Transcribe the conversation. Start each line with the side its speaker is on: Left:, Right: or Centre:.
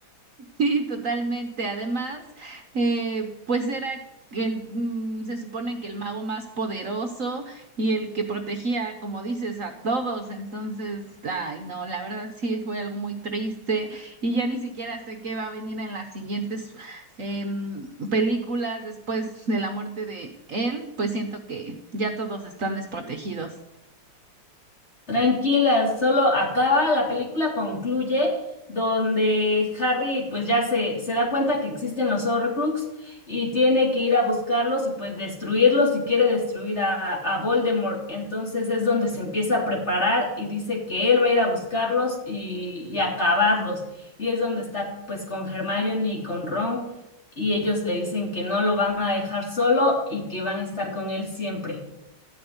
Right: Sí, totalmente. Además, eh, pues era el, mm, se supone que el mago más poderoso y el que protegía, como dices, a todos. Entonces, ay, no, la verdad sí fue algo muy triste y ya ni siquiera sé qué va a venir en las siguientes em, películas después de la muerte de él. Pues siento que ya todos están desprotegidos.
Left: Tranquila, solo acaba, la película concluye donde Harry pues ya se, se da cuenta que existen los Horcrux y tiene que ir a buscarlos y pues destruirlos y quiere destruir a, a Voldemort. Entonces es donde se empieza a preparar y dice que él va a ir a buscarlos y, y acabarlos. Y es donde está pues con Hermione y con Ron y ellos le dicen que no lo van a dejar solo y que van a estar con él siempre.